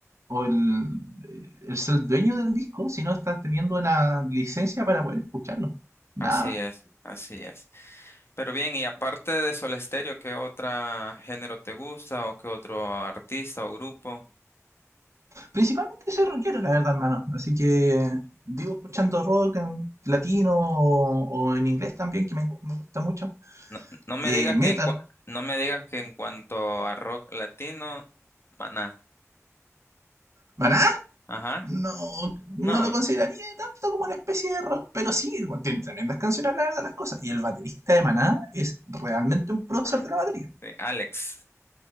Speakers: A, on the right; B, on the left.
A: o el, el ser dueño del disco, sino estás teniendo una licencia para poder escucharlo. Nada
B: así
A: más.
B: es, así es. Pero bien, y aparte de Soda Stereo, ¿qué otro género te gusta o qué otro artista o grupo?
A: Principalmente soy rockero, la verdad, hermano. Así que vivo escuchando rock en latino o, o en inglés también, que me, gu- me gusta mucho.
B: No, no me
A: Eh,
B: digas
A: metal.
B: que en, cua- no me digas que en cuanto a rock latino, Maná.
A: ¿Maná?
B: Ajá.
A: No, no
B: No.
A: lo consideraría tanto como una especie de rock, pero sí, bueno, tiene tremendas canciones, la verdad, las cosas. Y el baterista de Maná es realmente un prócer
B: Ah,
A: de la
B: sí,
A: batería.
B: Alex.